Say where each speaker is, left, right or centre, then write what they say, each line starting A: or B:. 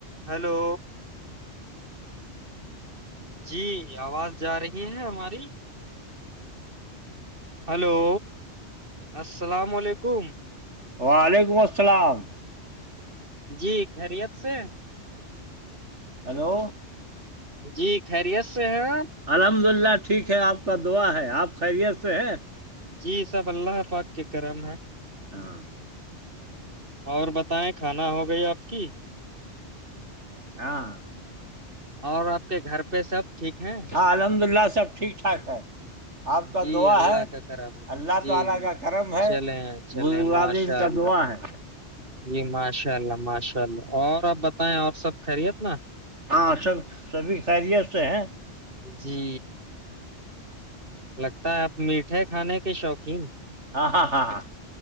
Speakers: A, on the right; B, on the right.
A: Hello جی آواز جا رہی ہے ہماری ہلو السلام علیکم
B: وعلیکم السلام
A: جی خیریت سے
B: ہلو
A: جی خیریت سے ہیں آپ
B: الحمد للہ ٹھیک ہے آپ کا دعا ہے آپ خیریت سے ہیں
A: جی سب اللہ پاک کے کرم ہے
B: <inaudible>
A: اور بتائیں کھانا ہو گئی آپ کی
B: <inaudible>
A: اور آپ کے گھر پہ سب ٹھیک ہیں
B: ہاں الحمد للہ سب ٹیک ٹھاک ہے آپ کا
A: جی
B: دعا
A: اللہ
B: ہے
A: کا کرا
B: اللہ
A: جی
B: تعالی
A: جی
B: کا کرم ہے
A: چلیں چلیں
B: بزرگادین
A: ماشاء
B: کا
A: اللہ
B: دعا ہے
A: جی ماشاء اللہ ماشاء اللہ اور آپ بتائیں اور سب خیریت نا
B: ہاں سب سبھی خیریت سے ہیں
A: جی لگتا ہے آپ میٹھے کھانے کے شوقین
B: ہاں ہاں ہاں ہاں